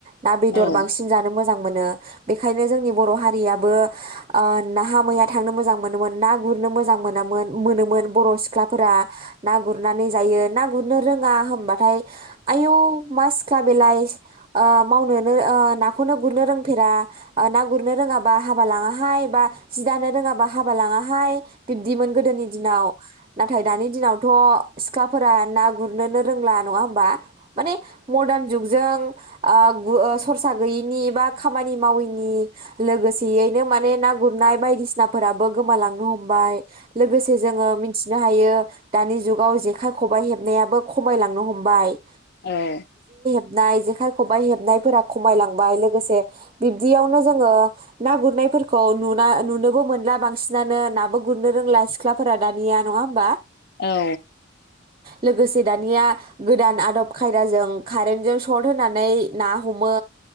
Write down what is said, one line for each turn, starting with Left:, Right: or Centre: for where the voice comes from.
Right: ना
Left: औ
Right: बेदर बांसिन जानो मोजां मोनो । बेखायनो जोंनि बर हारियाब बो ओ नाहा मैया थांनो मोजां मोनोमोन ना गुरनो मोजां मोनामोन। मोनोमोन बर सिख्लाफोरा ना गुरनानै जायो ना गुरनो रोंडा होमबाथाय आयु मा सिख्ला बेलाय ओ मावनोनो ओ नांखौ नों गुरनो रोंफेरा ओ ना गुरनो रोंडाबा हाबा लांडा हाय । बा जि दानो रोङाबा हाबा लाङाहाय। बिब्दिमोन गोदोनि दिनाव नाथाय दानि दिनावथ। सिख्लाफोरा ना गुरनोनो रोंला नङा होमबा। माने मदारन जुग जों ओ गु ओ सरसा गैयैनि बा खामानि मावैनि। लोगोसेयैनो माने नाग बायदिसिनाफोराबो गोमालांनो हमबाय। लोगोसे जोङो मिन्थ नो हायो। दानि जुगाव जेखाइ खबाइ हेब नायाबो खमायलांनो हमबाय।
Left: ए
Right: हबनाय जेखाइ खबाइ हेबनायफोरा खमायलांबाय लोग लोगोसे बिब्दियावनो जो ङो ना गुरनायफोरखौ नुन ना नुनो बोमोनला बांसिनानो नाबोग गुरनो रोंला सिख्लाफोरा। दानिया नङा होमबा
Left: औ।
Right: लोगोसे दानिया गोदान आदब खायदाजों कारेन्टजों सर्ट होनानै ना हमो